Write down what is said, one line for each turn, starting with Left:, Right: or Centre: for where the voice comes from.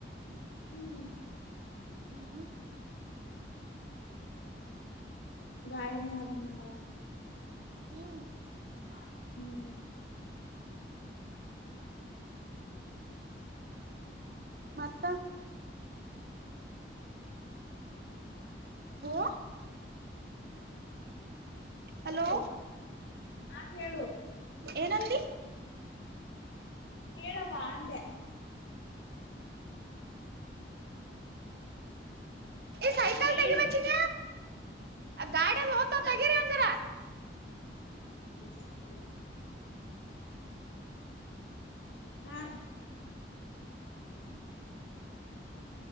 Right: <inaudible>
Left: ಹ್ಮ್ <unintelligible>
Right: ಹ್ಮ್
Left: ಹ್ಮ್.
Right: ಮತ್ತ.
Left: <inaudible>
Right: ಓ ಹಲೋ
Left: ಹೇಳು ಹಾ ಹೇಳು.
Right: ಏನಂದಿ.
Left: ಹೇಳವ ಅಂದೆ.
Right: ಈ ಸೈಕಲ್
Left: ಹೇಳು.
Right: ತೆಗಿಬಚ್ಚಿನ ಗಾಡಿಯದ ಓತ ತೆಗಿರಿ ಒಂಜರ
Left: <inaudible> ಹಾ.